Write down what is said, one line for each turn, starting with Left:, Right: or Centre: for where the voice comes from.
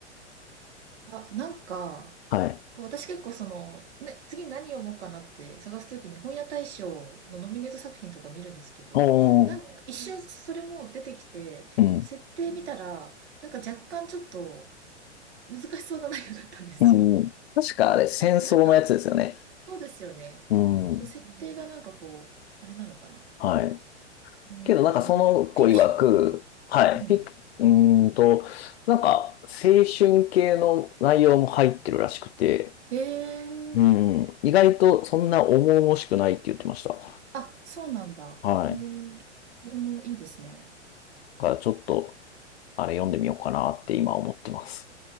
Right: あ、なんか、
Left: はい。
Right: こう私結構その、ね、次何読もうかなって探すときに本屋大賞のノミネート作品とか見るんですけど、
Left: おー。
Right: なんか一瞬それも出てきて、
Left: うん。
Right: 設定見たら、なんか若干ちょっと難しそうな内容だったんですよ。
Left: うん。確かあれ、戦争のやつですよね。
Right: なんか、そうですよね。
Left: うん。
Right: こう設定がなんかこう、あれなのかな。
Left: はい。
Right: うーん、
Left: けどなんかその子曰く、
Right: フィクション。
Left: はい。
Right: うん。うん。
Left: フィクうーんと、なんか青春系の内容も入ってるらしくて、
Right: へえ
Left: うん。意外とそんな重々しくないって言ってました。
Right: あ、そうなんだ。
Left: はい。
Right: へえそれもいいですね。
Left: だからちょっと、あれ読んでみようかなって今思ってます。